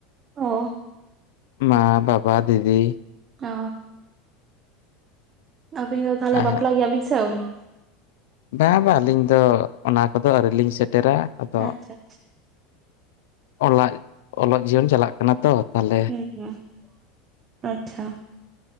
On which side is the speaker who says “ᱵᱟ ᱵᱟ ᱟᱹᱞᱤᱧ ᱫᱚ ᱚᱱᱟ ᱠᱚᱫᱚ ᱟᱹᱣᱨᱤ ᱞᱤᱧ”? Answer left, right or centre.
Left